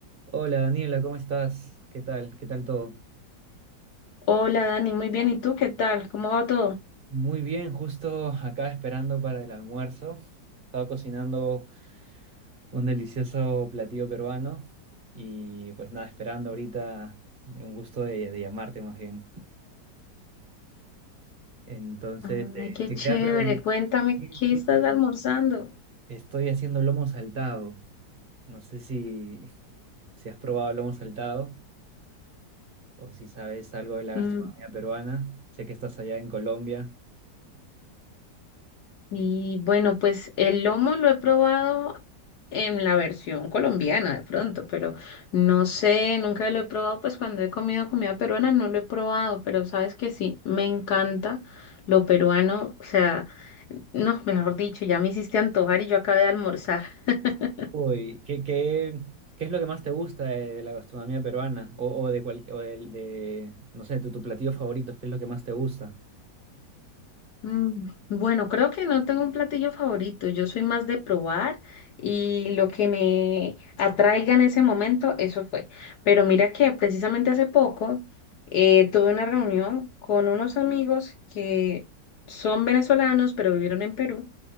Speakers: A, on the right (about 35°); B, on the left (about 60°).
A: Hola Daniela, ¿cómo estás? ¿Qué tal? ¿Qué tal todo?
B: Hola Dani, muy bien. ¿Y tú qué tal? ¿Cómo va todo?
A: Muy bien, justo acá esperando para el almuerzo. Estaba cocinando un delicioso platillo peruano y pues nada, esperando ahorita un gusto de, de llamarte más bien. Entonces,
B: Ay,
A: eh,
B: qué
A: te quería
B: chévere.
A: preguntar,
B: Cuéntame,
A: Sí,
B: ¿qué
A: sí.
B: estás almorzando?
A: estoy haciendo lomo saltado. No sé si, si has probado lomo saltado o si sabes algo de la gastronomía
B: Mm,
A: peruana. Sé que estás allá en Colombia.
B: y bueno, pues el lomo lo he probado en la versión colombiana de pronto, pero no sé, nunca lo he probado, pues cuando he comido comida peruana no lo he probado, pero sabes que sí, me encanta lo peruano, o sea, no, mejor dicho, ya me hiciste antojar y yo acabé de almorzar. <laughs>
A: Uy, ¿qué, qué, qué es lo que más te gusta de, de la gastronomía peruana? O, o de cual, o del- de, no sé, tu, tu platillo favorito, ¿qué es lo que más te gusta?
B: Mm, Bueno, creo que no tengo un platillo favorito. Yo soy más de probar y lo que me atraiga en ese momento, eso fue. Pero mira que precisamente hace poco eh, tuve una reunión con unos amigos que son venezolanos, pero vivieron en Perú.